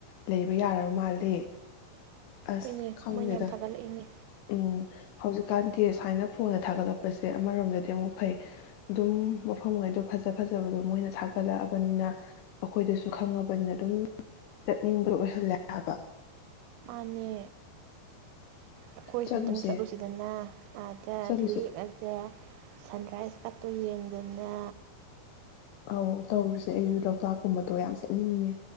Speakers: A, on the left (about 80°); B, on the right (about 90°).
A: ꯂꯩꯕ ꯌꯥ ꯃꯥꯜꯂꯦ ꯑꯁ
B: ꯍꯅꯦ
A: ꯈꯪꯗꯦꯗ
B: ꯃꯣꯏꯅ ꯌꯥꯝ ꯊꯥꯒꯠꯂꯛꯏꯅꯦ
A: ꯎꯝ ꯍꯧꯖꯤꯛꯀꯥꯟꯗꯤ ꯁꯨꯃꯥꯏꯅ ꯐꯣꯟꯗ ꯊꯥꯒꯠꯂꯛꯄꯁꯦ ꯑꯃꯔꯣꯝꯗꯗꯤ ꯑꯃꯨꯛ ꯐꯩ ꯑꯗꯨꯝ ꯃꯐꯝꯉꯩꯗꯣ ꯐꯖ ꯐꯖꯕꯗꯣ ꯃꯣꯏꯅ ꯊꯥꯒꯠꯂꯛꯑꯕꯅꯤꯅ ꯑꯩꯈꯣꯏꯗꯁꯨ ꯈꯪꯉꯕꯅꯤꯅ ꯑꯗꯨꯝ ꯆꯠꯅꯤꯡꯕ ꯑꯣꯏꯍꯜꯂꯦ ꯍꯥꯏꯕ
B: ꯃꯥꯅꯦ ꯑꯩꯈꯣꯏꯁꯨ
A: ꯆꯠꯂꯨꯁꯦ
B: ꯑꯃꯨꯛꯇꯪ ꯆꯠꯂꯨꯁꯤꯗꯅ ꯑꯥꯗ
A: ꯆꯠꯂꯨꯁꯦ
B: ꯂꯦꯛꯑꯒ ꯁꯟꯔꯥꯏꯁ ꯄꯠꯇꯨ ꯌꯦꯡꯗꯅ
A: ꯑꯧ ꯇꯧꯔꯨꯁꯦ ꯑꯩꯁꯨ ꯂꯣꯛꯇꯥꯛꯀꯨꯝꯕꯗꯣ ꯌꯥꯝ ꯆꯠꯅꯤꯡꯉꯉꯦ